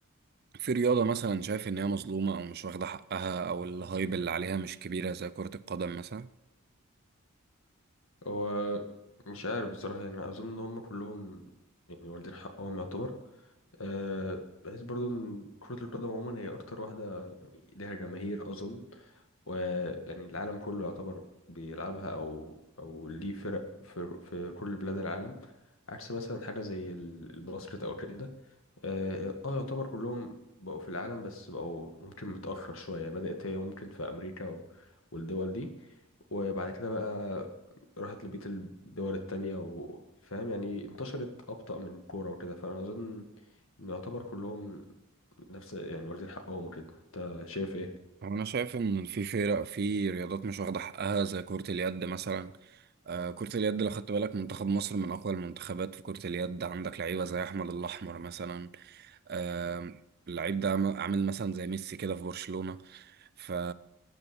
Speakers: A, on the right; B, on the left.
A: في رياضة مثلا شايف إن هي مظلومة أو مش واخدة حقها أو الهايب اللي عليها مش كبيرة زي كرة القدم مثلا
B: هو مش عارف بصراحه يعني اظن ان هم كلهم يعني والدين حقهم يعتبر أه بحيث برضو ان كرة القدم عموما هي أكتر واحدة يعني ليها جماهير أظن ويعني العالم كله يعتبر بيلعبها او او ليه فرق في في كل بلاد العالم عكس مثلا حاجه زي ال- الباسكت او كده اه آه، يعتبر كلهم بقوا في العالم بس بقوا ممكن متاخر شويه بدات هي ممكن في امريكا و- والدول دي وبعد كده بقى راحت لبقيه الدول التانية وفاهم يعني انتشرت ابطا من الكوره وكده فانا اظن ان يعتبر كلهم نفس يعني واخدين حقهم وكده انت شايف ايه
A: هو أنا شايف إن في فرق في رياضات مش واخدة حقها زي كرة اليد مثلا آه كرة اليد لو خدت بالك منتخب مصر من أقوى المنتخبات في كرة اليد عندك لعيبة زي أحمد الأحمر مثلا آه اللعيب ده عم- عامل مثلا زي ميسي كده في برشلونة ف